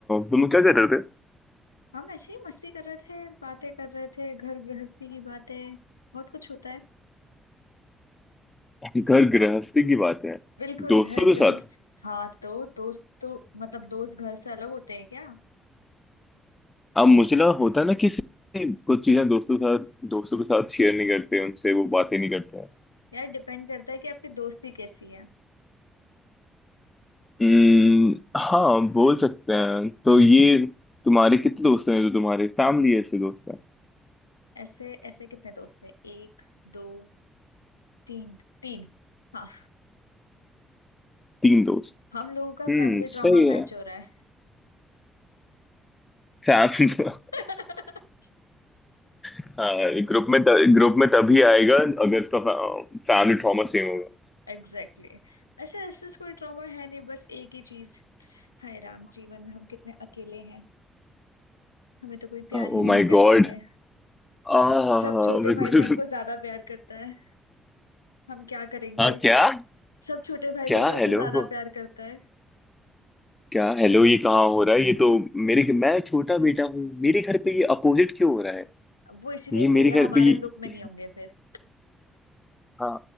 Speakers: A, on the left; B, on the left.
A: तुम क्या कर रहे
B: हम ऐसे ही मस्ती कर रहे थे बातें कर रहे थे घर गृहस्थी की बातें बहुत कुछ होता है
A: थे घर गृहस्थी की बातें हैं
B: बिल्कुल
A: दोस्तों
B: घर
A: के
B: गृहस्थ
A: साथ
B: हाँ तो दोस्त तो मतलब दोस्त घर से अलग होते हैं क्या
A: अब मुझे लगा होता है ना किसी कुछ चीजें दोस्तों के साथ दोस्तों के साथ शेयर नहीं करते उनसे वो बातें नहीं करते हैं
B: यार डिपेंड करता है कि आपकी दोस्ती कैसी है
A: हम्म, हाँ बोल सकते हैं तो ये तुम्हारे कितने दोस्त हैं जो तुम्हारे फैमिली ऐसे दोस्त हैं
B: ऐसे ऐसे कितने दोस्त हैं एक दो तीन तीन हाँ
A: तीन दोस्त
B: हम लोगों का
A: हम्म
B: फैमिली
A: सही
B: ड्रामा
A: है
B: मैच हो रहा है
A: फैमिली <laughs>
B: <laughs>
A: हाँ ग्रुप में त- ग्रुप में तभी आएगा अगर उसका फैमिली ट्रॉमा सेम होगा
B: Exactly exactly. अच्छा ऐसा कोई ट्रॉमा है नहीं बस एक ही चीज हाय राम जीवन में हम कितने अकेले हैं हमें तो कोई प्यार
A: Oh
B: ही नहीं
A: my
B: करता
A: god
B: है
A: आह
B: सब छोटे
A: बिल्कुल
B: भाई बहन को ज्यादा प्यार करता है हम क्या करेंगे
A: हाँ क्या
B: सब छोटे भाई
A: क्या
B: बहन उसे
A: हेलो
B: ज्यादा
A: को
B: प्यार करता है
A: क्या हेलो ये कहाँ हो रहा है ये तो मेरे मैं छोटा बेटा हूँ मेरे घर पे ये अपोजिट क्यों हो रहा है
B: वो इसीलिए
A: ये
B: भैया
A: मेरे घर
B: हमारे
A: पे ये
B: ग्रुप में नहीं होंगे फिर
A: हाँ